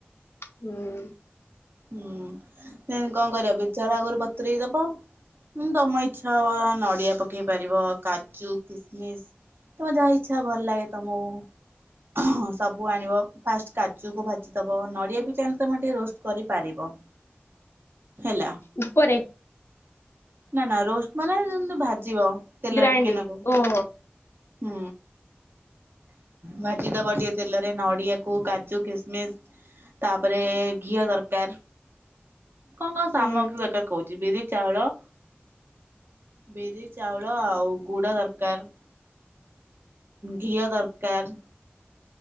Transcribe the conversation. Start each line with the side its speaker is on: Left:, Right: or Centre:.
Left: ହୁଁ।
Right: ହୁଁ <unintelligible> କଣ କରିବ ବିରି, ଚାଉଳ ଆଗରୁ ବତୁରେଇ ଦବ। ଉଁ ତମ ଇଚ୍ଛା ଅ ନଡିଆ ପକେଇ ପାରିବ। କାଜୁ, କିସମିସ ତମ ଯାହା ଇଚ୍ଛା ଭଲ ଲାଗେ ତମ ହଁ ସବୁ ଆଣିବ। ଫାଷ୍ଟ କାଜୁକୁ ଭାଜିଦେବ। ନଡ଼ିଆ ବି ଚାହିଁଲେ ତୁମେ ଟିକେ ରୋଷ୍ଟ କରିପାରିବ। ହେଲା।
Left: ଉପରେ।
Right: ନା ନା ରୋଷ୍ଟ ମାନେ ଯେମତି ଭାଜିବ ତେଲରେ
Left: ଗ୍ରାଇଣ୍ଡିଙ୍ଗ
Right: ଟିକେ ନେବ।
Left: ଓହୋ
Right: ହୁଁ। ଭାଜିଦେବ ଟିକେ ତେଲରେ ନଡିଆକୁ କାଜୁ କିସମିସ। ତାପରେ ଘିଅ ଦରକାର। କଣ କଣ ସାମଗ୍ରୀ
Left: ହୁଁ
Right: ଦରକାର କହୁଛି ବିରି ଚାଉଳ ବିରି, ଚାଉଳ, ଆଉ ଗୁଡ ଦରକାର। ଘିଅ ଦରକାର।